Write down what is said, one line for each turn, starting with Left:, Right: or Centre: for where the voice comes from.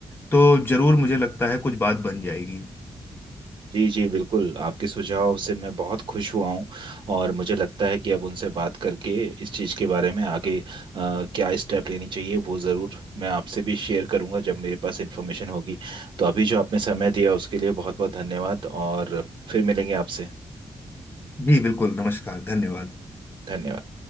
Left: तो जरूर मुझे लगता है कुछ बात बन जाएगी
Right: जी जी बिल्कुल आपके सुझाव से मैं बहुत खुश हुआ हूँ और मुझे लगता है कि अब उनसे बात करके इस चीज़ के बारे में आगे अ, क्या स्टेप लेनी चाहिए वो ज़रूर मैं आपसे भी शेयर करूंगा जब मेरे पास इन्फॉर्मेशन होगी तो अभी जो आपने समय दिया उसके लिए बहुत बहुत धन्यवाद और फिर मिलेंगे आपसे
Left: जी बिल्कुल नमस्कार धन्यवाद
Right: धन्यवाद